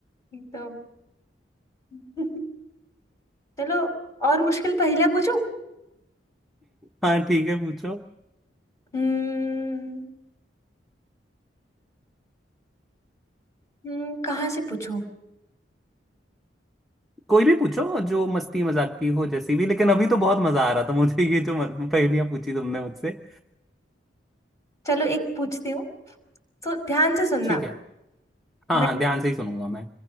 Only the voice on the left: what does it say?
एकदम <laughs> चलो और मुश्किल पहला पूछूं
हम्म हम्म, कहाँ से पूछूं
चलो एक पूछती हूँ तो ध्यान से सुनना
मैं